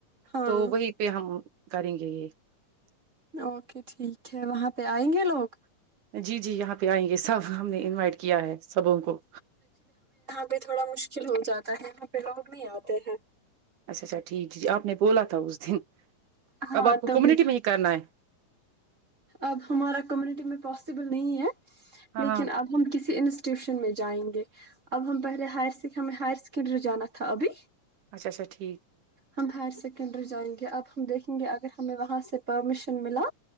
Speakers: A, on the right; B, on the right.
A: ہاں
B: تو وہی پہ ہم کریں گے یہ <unintelligible>
A: اوکے ٹھیک ہے وہاں پہ آئیں گے لوگ
B: جی جی یہاں پہ آئیں گے سب ہم نے انوائٹ کیا ہے سبوں کو
A: بھی تھوڑا مشکل ہو جاتا ہے یہاں پہ لوگ نہیں آتے ہیں
B: اچھا اچھا ٹھیک جی جی آپ نے بولا تھا اس دن
A: ہاں
B: اب آپ کو
A: تبھی
B: کمیونٹی میں ہی کرنا ہے
A: اب ہمارا کمیونٹی میں پاسبل نہیں ہے
B: ہاں
A: لیکن
B: ہاں
A: اب ہم کسی ان ٹیوشن میں جائیں گے اب ہم پہلے ہ ہمیں ہائر سیکنڈری جانا تھا ابھی
B: اچھا اچا ھیک
A: ہم ہائر سیکنڈری جائیں گے اب دیکھیں گے اگر ہمیں وہاں سے پرمیشن ملا